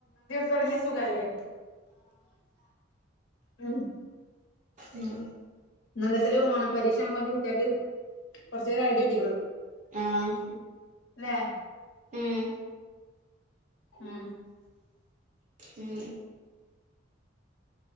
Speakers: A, on the left; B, on the right.
A: തൊടങ്ങിയ സുഖല്ലേ ഉം
B: ഉം
A: എന്നാ എന്താച്ചാല് ഓണ പരീഷ അവ്മ്പത്തിന് കുട്ടിയാക്ക് കൊറച്ചു ഐഡിയ കിട്ടിക്കോളും
B: ആഹ്
A: ലെ
B: ഉം
A: ഉം
B: ഉം